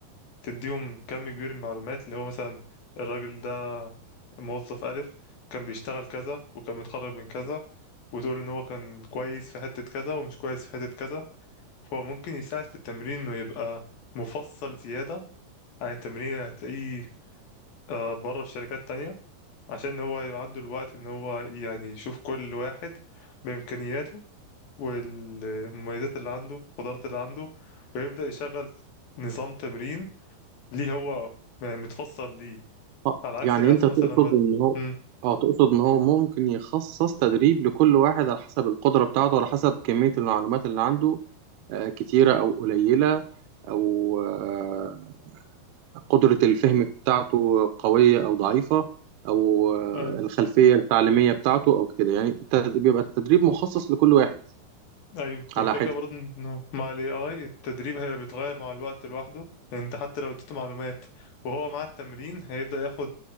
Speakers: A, on the left (about 65°); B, on the right (about 75°).
A: تديهم كم كبير من المعلومات اللي هو مثلا الراجل ده موظف ألف كان بيشتغل كذا وكان متخرج من كذا وتقول إن هو كان كويس في حتة كذا ومش كويس في حتة كذا هو ممكن يساعد في التمرين إنه يبقى مفصل زيادة عن التمرين اللي هتلاقيه آه، بره في شركات تانية عشان هو يبقى عنده الوقت إن هو يعني يشوف كل واحد بإمكانياته والمميزات اللي عنده القدرات اللي عنده ويبدأ يشغل نظام تمرين ليه هو يعني متفصل ليه
B: آه،
A: على عكس
B: يعني
A: اللي هيحصل
B: انت تقصد
A: مثلا لما
B: ان هو
A: مم.
B: اه تقصد ان هو ممكن يخصص تدريب لكل واحد على حسب القدرة بتاعته على حسب كمية المعلومات اللي عنده آه، كتيرة او قليلة او آه، قدرة الفهم بتاعته قوية أو ضعيفة أو آه،
A: ايوه
B: الخلفية التعليمية بتاعته أو كده يعني الت- بيبقى التدريب مخصص لكل واحد
A: ايوه والفكره
B: على حدة
A: برضه انه مع الاي اي التدريب هي بيتغير مع الوقت لوحده انت حتى لو اديته معلومات وهو مع التمرين هيبدا ياخد